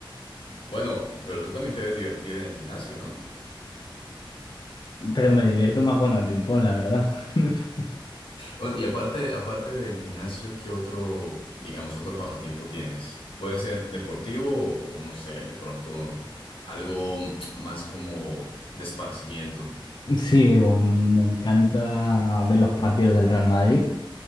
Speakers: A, on the left; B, on the left.
A: Bueno, pero tú también te debes divertir en el gimnasio, ¿no?
B: Pero me divierto más jugando al ping-pong, la verdad. <laughs>
A: Bueno, y aparte, aparte del gimnasio, ¿qué otro, digamos, otro pasatiempo tienes? Puede ser deportivo o no sé, de pronto algo más como de esparcimiento.
B: Sí, bueno, me encanta ver los partidos del Real Madrid.